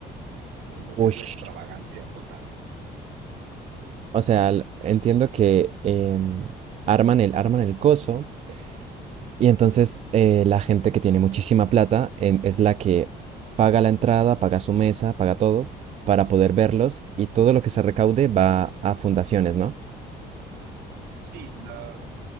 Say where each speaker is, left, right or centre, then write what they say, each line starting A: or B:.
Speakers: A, on the right (about 80°); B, on the right (about 40°).
A: Entonces,
B: Ush.
A: la extravagancia total.
B: O sea, l- entiendo que em, arman el, arman el coso y entonces eh, la gente que tiene muchísima plata en- es la que paga la entrada, paga su mesa, paga todo para poder verlos y todo lo que se recaude va a fundaciones, ¿no?
A: Sí, la,